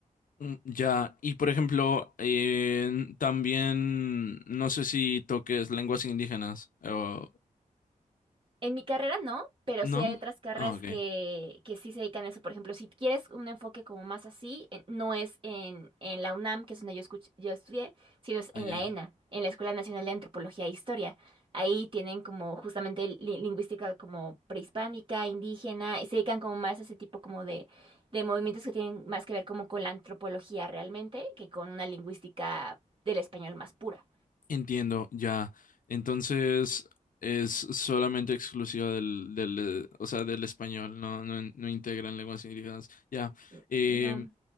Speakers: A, on the left (about 75°); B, on the right (about 40°).
A: Mm, Ya, y por ejemplo, eh, también no sé si toques lenguas indígenas o
B: En mi carrera no, pero
A: no.
B: sí hay otras carreras
A: Ah, ok.
B: que, que sí se dedican a eso. Por ejemplo, si quieres un enfoque como más así, eh, no es en, en la UNAM, que es donde yo, escuch- yo estudié, sino es
A: Ah,
B: en
A: ya,
B: la
A: ya.
B: ENA, en la Escuela Nacional de Antropología e Historia. Ahí tienen como justamente li- lingüística como prehispánica, indígena, y se dedican como más a ese tipo como de, de movimientos que tienen más que ver como con la antropología realmente que con una lingüística del español más pura.
A: Entiendo, ya. Entonces es solamente exclusiva del, del, eh, o sea, del español, no, no, no integran lenguas indígenas. Ya.
B: N-
A: Eh,
B: No.